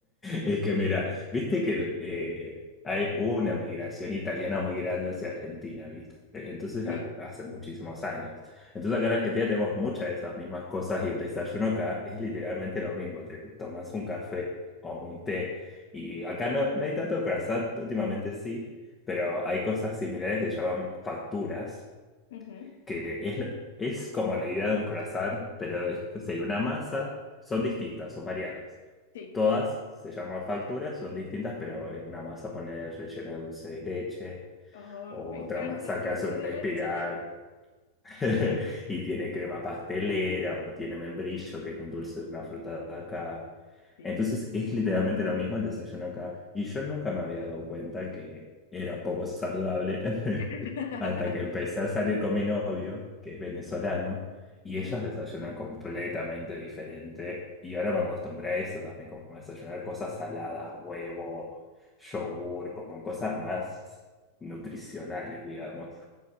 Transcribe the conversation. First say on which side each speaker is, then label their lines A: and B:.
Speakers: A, on the left; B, on the left.
A: Es que mira, viste que eh, hay, hubo una migración italiana muy grande hacia Argentina, ¿viste? Entonces,
B: Sí,
A: a- hace muchísimos años. Entonces, acá en Argentina tenemos muchas de esas mismas cosas y el desayuno acá es literalmente lo mismo. Te tomas un café o un té y acá no, no hay tanto croissant, últimamente sí, pero hay cosas similares que se llaman facturas,
B: ujú,
A: que es, lo- es como la idea de un croissant, pero es, sería una masa, son distintas, son variadas.
B: sí.
A: Todas se llaman facturas, son distintas, pero es una masa poner rellena de dulce de leche,
B: Oh,
A: o
B: me
A: otra
B: encanta
A: masa
B: el dulce
A: que hace una
B: de
A: espiral.
B: leche.
A: <laughs> Y tiene crema pastelera o tiene membrillo, que es un dulce de una fruta de acá.
B: Sí.
A: Entonces es literalmente lo mismo el desayuno acá. Y yo nunca me había dado cuenta que era poco saludable
B: <laughs>
A: <laughs> hasta que empecé a salir con mi novio, que es venezolano, y
B: Sí.
A: ellos desayunan completamente diferente. Y ahora me acostumbré a eso también, como a desayunar cosas saladas, huevo, yogur, como cosas más nutricionales, digamos.